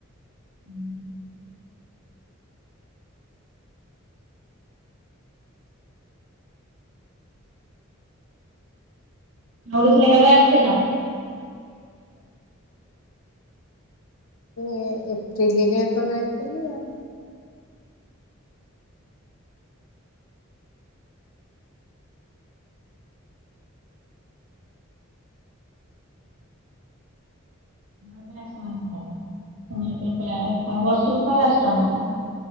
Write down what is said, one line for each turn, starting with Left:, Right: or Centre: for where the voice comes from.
Right: ହୁଁ ହୁଁ। ଓଡିଶା କେବେ ଆସିଥିଲ? <unintelligible>
Left: ଏ ଏପ୍ରିଲରେ ତ ଯାଇଥିଲି ଆଉ।
Right: ତାପରେ ଆସିନ <unintelligible> ଆଉ <unintelligible> ବର୍ଷ କୁ ଥରେ ଆସୁଚ ନା କଣ?